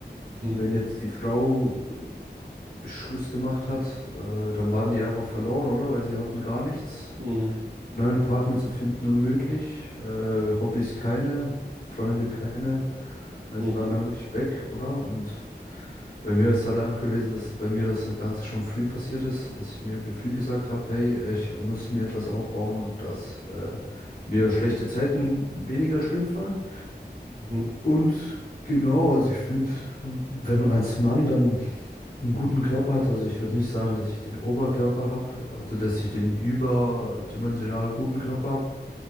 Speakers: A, on the right (about 50°); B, on the left (about 55°).
A: Mhm.
B: Wenn jetzt die Frau äh, Schluss gemacht hat, äh, dann waren die einfach verloren, oder? Weil sie hatten gar nichts.
A: Mhm.
B: Neuen Partner zu finden unmöglich, äh, Hobbys keine, Freunde keine. Also
A: Mhm.
B: die waren dann wirklich weg, oder? Und bei mir ist es halt einfach gewesen, dass bei mir das Ganze schon früh passiert ist, dass ich mir ge- früh gesagt habe, hey, ich muss mir etwas aufbauen, dass äh, mir schlechte Zeiten weniger schlimm fallen.
A: Mhm.
B: Und genau, also ich finde, wenn man als Mann dann einen guten Körper hat, also ich würde nicht sagen, dass ich den Oberkörper habe, also dass ich den überdimensional guten Körper habe.